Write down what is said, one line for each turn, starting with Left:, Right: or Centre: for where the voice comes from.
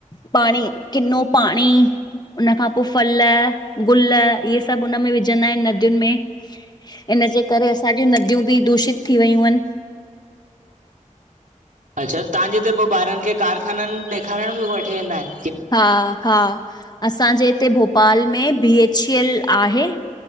Left: पाणी किनो पाणी हुन खां पो फल गुल इहे सभु हुनमें विझंदा एन नदियुन में इनजे करे असांजी नदियूं बि दूषित थी वियूं यन।
Right: अच्छा तव्हांजे हिते पो ॿारन खे कारखानन डिखारण बि वठी वेंदा एन?
Left: हा हा। असांजे हिते भोपाल में बी एच ई एल आहे